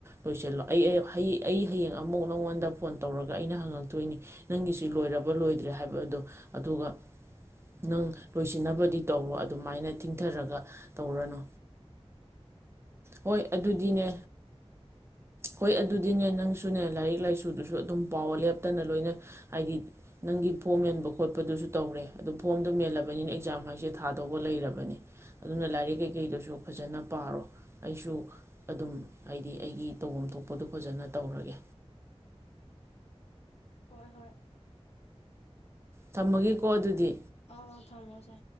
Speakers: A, on the right; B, on the left.
A: ꯂꯣꯏꯁꯤꯜꯂꯣ ꯑꯩ ꯑꯩ ꯍꯌꯦꯡ ꯑꯃꯨꯛ ꯅꯪꯉꯣꯟꯗ ꯐꯣꯟ ꯇꯧꯔꯒ ꯑꯩꯅ ꯍꯪꯉꯛꯇꯣꯏꯅꯤ ꯅꯪꯒꯤꯁꯤ ꯂꯣꯏꯔꯕ ꯂꯣꯏꯗ꯭ꯔꯦ ꯍꯥꯏꯕꯗꯣ ꯑꯗꯨꯒ ꯅꯪ ꯂꯣꯏꯁꯤꯟꯅꯕꯗꯤ ꯇꯧꯔꯣ ꯑꯗꯨꯃꯥꯏꯅ ꯊꯤꯡꯊꯔꯒ ꯇꯧꯔꯅꯨ ꯍꯣꯏ ꯑꯗꯨꯗꯤꯅꯦ ꯍꯣꯏ ꯑꯗꯨ ꯑꯗꯨꯗꯤꯅꯦ ꯅꯪꯁꯨꯅꯦ ꯂꯥꯏꯔꯤꯛ ꯂꯥꯏꯁꯨꯗꯨꯁꯨ ꯑꯗꯨꯝ ꯄꯥꯎ ꯂꯦꯞꯇꯅ ꯂꯣꯏꯅ ꯍꯥꯏꯗꯤ ꯅꯪꯒꯤ ꯐꯣꯝ ꯃꯦꯟꯕ ꯈꯣꯠꯄꯗꯨꯁꯨ ꯇꯧꯔꯦ ꯑꯗꯨ ꯐꯣꯝꯗꯣ ꯃꯦꯜꯂꯕꯅꯤꯅ ꯑꯦꯛꯖꯥꯝ ꯍꯥꯏꯁꯦ ꯊꯥꯗꯧꯕ ꯂꯩꯔꯕꯅꯦ ꯑꯗꯨꯅ ꯂꯥꯏꯔꯤꯛ ꯀꯩꯀꯩꯗꯨꯁꯨ ꯐꯖꯅ ꯄꯥꯔꯣ ꯑꯩꯁꯨ ꯑꯗꯨꯝ ꯍꯥꯏꯗꯤ ꯑꯩꯒꯤ ꯇꯧꯐꯝ ꯊꯣꯛꯄ ꯗꯨ ꯐꯖꯅ ꯇꯧꯔꯒꯦ
B: ꯍꯣꯏ ꯍꯣꯏ
A: ꯊꯝꯃꯒꯦꯀꯣ ꯑꯗꯨꯗꯤ
B: ꯑ ꯊꯝꯃꯣ ꯆꯦ